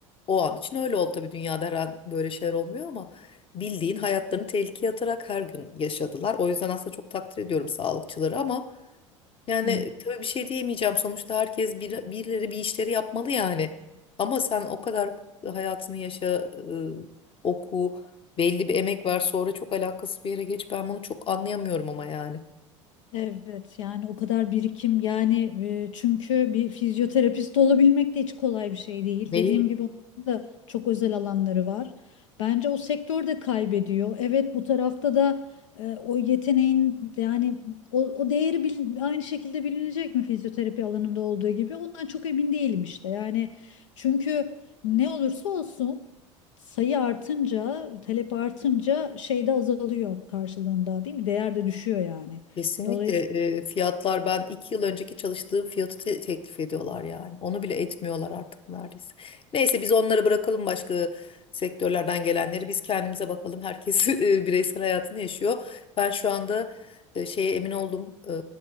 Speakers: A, on the left; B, on the left.
A: o an için öyle oldu tabii dünyada her an böyle şeyler olmuyor ama bildiğin hayatlarını tehlikeye atarak her gün yaşadılar. O yüzden aslında çok takdir ediyorum sağlıkçıları ama yani
B: Hı.
A: tabii bir şey diyemeyeceğim. Sonuçta herkes bir, birileri bir işleri yapmalı yani. Ama sen o kadar hayatını yaşa, e, oku, belli bir emek ver sonra çok alakasız bir yere geç. Ben bunu çok anlayamıyorum ama yani.
B: Evet yani o kadar birikim yani e, çünkü bir fizyoterapist olabilmek de hiç kolay bir şey değil.
A: Değil.
B: Dediğim gibi onun da çok özel alanları var. Bence o sektör de kaybediyor. Evet bu tarafta da e, o yeteneğin yani o, o değeri bil- aynı şekilde bilinecek mi fizyoterapi alanında olduğu gibi ondan çok emin değilim işte. Yani çünkü ne olursa olsun sayı artınca talep artınca şey de azalıyor karşılığında değil mi? Değer de düşüyor yani.
A: Kesinlikle
B: Dolayısıyla
A: e, fiyatlar ben iki yıl önceki çalıştığım fiyatı te- teklif ediyorlar yani. Onu bile etmiyorlar artık neredeyse. Neyse biz onları bırakalım başka sektörlerden gelenleri. Biz kendimize bakalım. Herkes <laughs> e, bireysel hayatını yaşıyor. Ben şu anda e, şeye emin oldum. E,